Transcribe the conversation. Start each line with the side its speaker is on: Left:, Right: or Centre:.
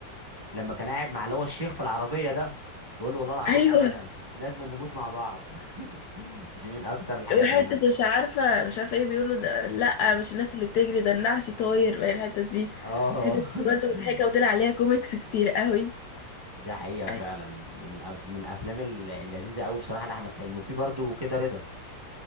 Right: لما كان قاعد مع اللي هو الشيخ في العربيه ده بيقول له والله العظيم
Left: ايوه
Right: ابدا لازم نموت مع بعض <laughs> دي من اكتر الحاجات
Left: وحتة
Right: اللي انا
Left: مش عارفة مش عارفة ايه بيقولوا ده لا مش الناس اللي بتجري ده النعش طاير بقى الحتة دي
Right: اه
Left: الحتة دي برضه
Right: <laughs>
Left: مضحكة وطلع عليها كوميكس كتير قوي
Right: ده حقيقة فعلا
Left: أي-
Right: دي من الأف- من الافلام الل- اللذيذة قوي بصراحة لاحمد حلمي وفي برضه كده رضا